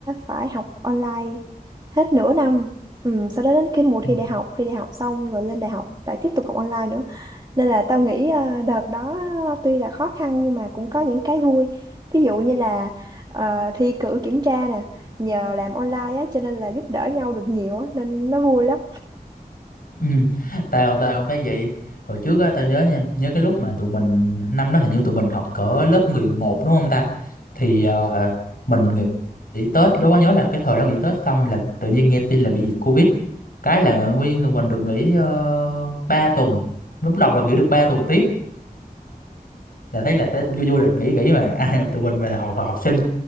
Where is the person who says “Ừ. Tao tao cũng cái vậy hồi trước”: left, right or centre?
Left